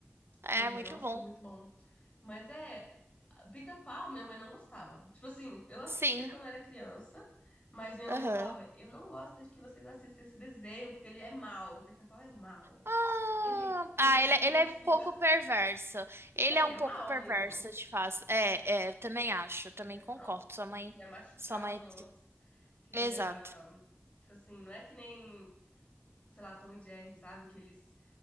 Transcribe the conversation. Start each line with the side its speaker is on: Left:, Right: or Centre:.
Right: É,
Left: Lembro,
Right: muito
Left: nossa,
Right: bom.
Left: muito bom. Mas é, pica-pau, minha mãe não gostava. Tipo assim, eu assistia
Right: Sim,
Left: quando era criança, mas minha
Right: aham.
Left: mãe falava: Eu não gosto de que vocês assistam esse desenho, porque ele é mau, o pica-pau é mau.
Right: Ah,
Left: Ele, ele
Right: ah, ele,
Left: queria,
Right: é- ele é
Left: tipo.
Right: um pouco
Left: <laughs>
Right: perverso. Ele
Left: Não, ele
Right: é um
Left: é mau
Right: pouco perverso,
Left: mesmo.
Right: de fato. É, é, eu também acho, eu também
Left: Ele é
Right: concordo.
Left: mau.
Right: Sua mãe,
Left: Ele queria machucar
Right: sua mãe.
Left: os outros, queria.
Right: Exato.
Left: Tipo assim, não é que nem, sei lá, Tom e Jerry, sabe? Que eles.